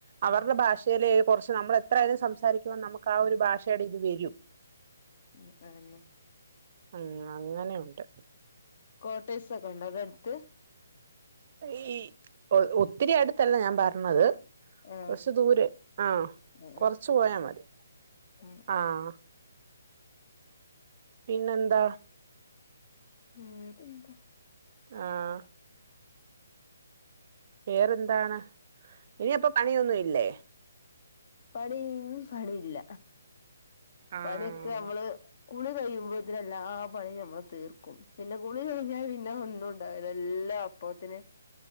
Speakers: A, on the right; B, on the left.
A: അവർടെ
B: ആ
A: ഭാഷയില് കൊറച്ച് നമ്മൾ എത്രായാലും സംസാരിക്കുമ്പോ നമു ക്കാ ആ ഒരു ഭാഷയുടെ ഇത് വെരും.
B: ഉം അതന്നെ.
A: ഉം അങ്ങനെയുണ്ട്.
B: കോട്ടേഴ്സൊക്കെ ണ്ടോ അവ്ടെ അട്ത്ത്?
A: ഈ ഒ ഒത്തിരി അടുത്തല്ല ഞാൻ പർഞത്.
B: ആ
A: കൊറച്ച് ദൂരെ. ആഹ്.
B: ആ
A: കൊറച്ച് പോയാ മതി.
B: ആ
A: ആഹ്. പിന്നെന്താ?
B: വേറെന്താ.
A: ആഹ്. വേറെന്താണ്? ഇനിയപ്പ പണിയൊന്നും ഇല്ലേ?
B: പണി, ഇ ഞ്ഞ് പണില്ല.
A: ആഹ്
B: പണിയൊക്കെ നമ്മള് കുളി കഴിയുമ്പോത്തിന് എല്ലാം പണിം നമ്മള് തീർക്കും. പിന്നെ കുളി കഴിഞ്ഞാ പിന്നെ ഒന്നും ണ്ടാവൂല. എല്ലാം അപ്പോത്തിന്